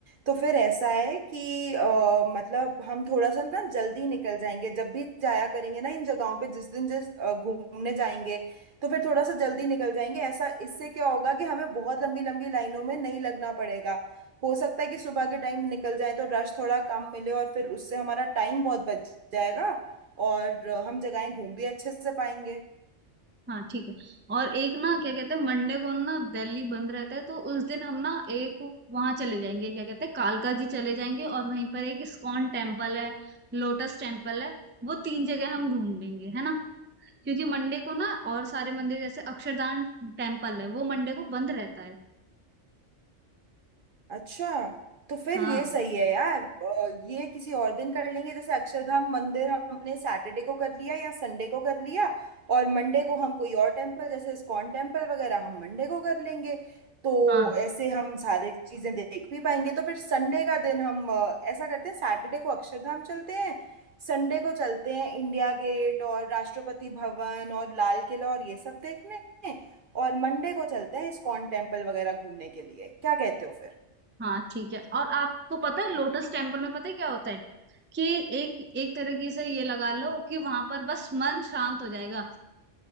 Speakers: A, on the right; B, on the right.
A: तो फिर ऐसा है कि अ, मतलब हम थोड़ा सा ना जल्दी निकल जाएंगे जब भी जाया करेंगे ना इन जगहों पे जिस दिन जिस अ, घूमने जाएंगे तो फिर थोड़ा सा जल्दी निकल जाएंगे ऐसा इससे क्या होगा कि हमें बहुत लंबी लंबी लाइनों में नहीं लगना पड़ेगा हो सकता है कि सुबह के टाइम निकल जाए तो रश थोड़ा कम मिले और फिर उससे हमारा टाइम बहुत बच जाएगा और हम जगहें घूम भी अच्छे से पाएंगे
B: हाँ ठीक है और एक ना क्या कहते हैं मंडे को ना दिल्ली बंद रहता है तो उस दिन हम ना एक वहां चले जाएंगे क्या कहते हैं कालका जी चले जाएंगे और वहीं पर एक इस्कॉन टेम्पल है लोटस टेम्पल है वो तीन जगह हम घूम लेंगे है ना क्योंकि मंडे को ना और सारे मंदिर जैसे अक्षरधाम टेम्पल है वो मंडे को बंद रहता है
A: अच्छा तो फिर
B: हाँ
A: ये सही है यार अ, ये किसी और दिन कर लेंगे जैसे अक्षरधाम मंदिर हमने सैटरडे को कर लिया या संडे को कर लिया और मंडे को हम कोई और टेम्पल जैसे इस्कॉन टेम्पल वगैरह हम मंडे को कर लेंगे तो
B: हाँ
A: ऐसे हम सारे चीजें देख भी पाएंगे तो फिर संडे का दिन हम अ, ऐसा करते हैं सैटरडे को अक्षरधाम चलते हैं संडे को चलते हैं इंडिया गेट और राष्ट्रपति भवन और लाल किला और ये सब देखने और मंडे को चलते हैं इस्कॉन टेम्पल वगैरह घूमने के लिए क्या कहते हो फिर
B: हाँ ठीक है और आपको पता है लोटस टेम्पल में पता है क्या होता है कि एक एक तरीके से ये लगा लो कि वहां पर बस मन शांत हो जाएगा